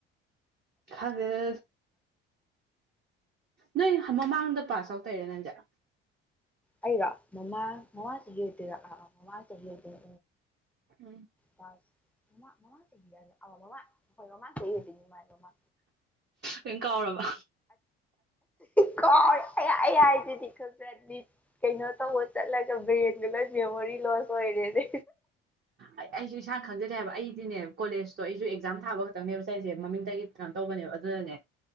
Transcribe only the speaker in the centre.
ꯑꯩꯔꯣ ꯃꯃꯥ ꯃꯃ ꯆꯍꯤꯇꯔꯥ ꯑ ꯃꯃ ꯆꯍꯤꯇꯔ
ꯁ ꯃꯃ ꯃꯃꯥ ꯀꯔꯦ ꯑꯃꯃ ꯍꯃ ꯀꯗꯤꯉꯃꯕꯃ
ꯀ ꯌꯥ ꯗꯤ ꯈ ꯆꯗꯤ ꯀꯩꯅꯣ ꯇꯧꯕ ꯆꯠꯂꯒ ꯕ꯭ꯔꯦꯟꯗꯨ ꯂꯣꯏ ꯃꯦꯃꯣꯔꯤ ꯂꯣꯁ ꯑꯣꯏꯔꯦꯅꯦ